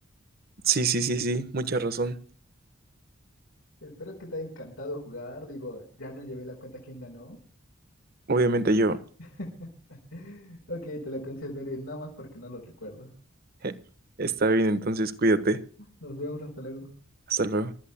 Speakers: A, on the right (about 45°); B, on the left (about 85°).
A: Sí, sí, sí, sí, mucha razón.
B: Espero que te haya encantado jugar. Digo, ya no llevé la cuenta quién ganó.
A: Obviamente yo.
B: <laughs> Ok, te la concederé nada más porque no lo recuerdo.
A: <laughs> Está bien, entonces cuídate.
B: Nos vemos hasta luego.
A: Hasta luego.